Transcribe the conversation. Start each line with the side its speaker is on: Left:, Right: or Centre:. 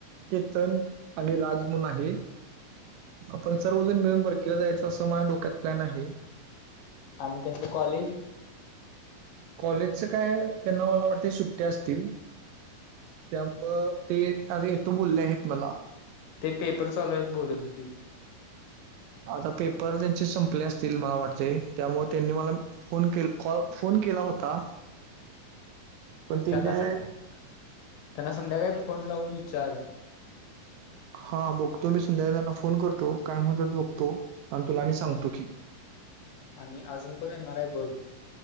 Right: केतन आणि राज म्हणून आहे. आपण सर्वजण मिळून बरकीला जायचं असं माझ्या डोक्यात प्लॅन आहे.
Left: आणि त्यांच कॉलेज?
Right: कॉलेजचं काय त्यांना मला वाटतं सुट्ट्या असतील. त्यामुळं ते एक तास येतो बोलले आहेत मला.
Left: ते पेपर चालू आहेत बोलत होतीत.
Right: आता पेपर त्यांचे संपले असतील मला वाटतय त्यामुळे त्यांनी मला फोन के कॉल फोन केला होता. पण ते
Left: त्यांना
Right: काय
Left: स त्यांना संध्याकाळी फोन लावून विचार!
Right: हा बघतो मी संध्याकाळी त्यांना फोन करतो काय म्हणत्यात बघतो आणि तुला मी सांगतो की.
Left: आणि अजून कोण येणार आहे बघ!